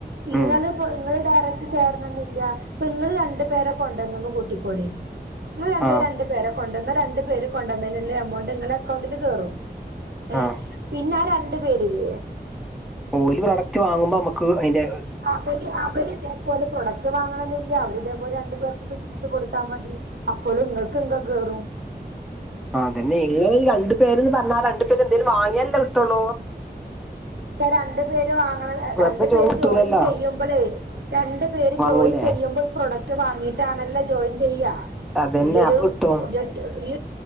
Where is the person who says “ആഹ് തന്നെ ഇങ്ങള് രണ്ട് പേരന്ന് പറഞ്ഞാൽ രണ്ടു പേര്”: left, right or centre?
Centre